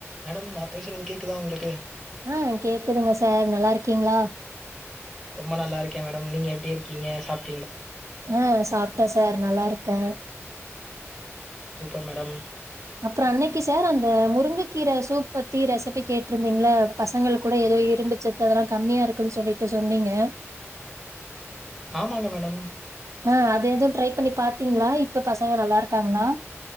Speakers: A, in the centre; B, on the right.
A: மேடம் நா பேசுறது கேக்குதா உங்களுக்கு
B: ஆ கேக்குதுங்க சார் நல்லா இருக்கீங்களா
A: ரொம்ப நல்லா இருக்கே மேடம் நீங்க எப்படி இருக்கீங்க சாப்
B: ஆ சாப்ட்டே சார் நல்லா இருக்கே
A: சூப்பர் மேடம்
B: அப்புறோ அன்னைக்கு சார் அந்த முருங்கைக்கீரை சூப் பத்தி ரெசிபி கேட்டுருந்தீங்கள பசங்கள் கூட ஏதோ இரும்புச்சத்து அதெல்லா கம்மியா இருக்குன்னு சொல்லிட்டு சொன்னீங்க
A: ஆமாங்க மேடம்
B: ஆ அது எதுவ் ட்ரை பண்ணி பாத்தீங்ளா? இப்ப பசங்க நல்லாருக்காங்ளா?